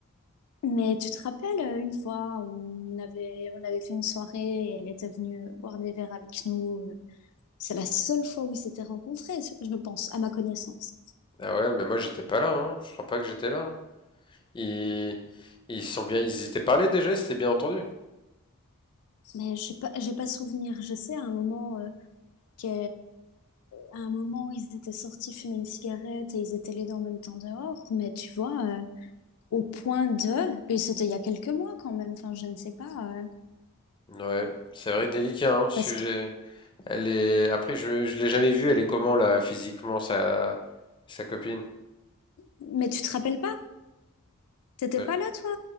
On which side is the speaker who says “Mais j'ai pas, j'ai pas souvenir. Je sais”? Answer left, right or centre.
Left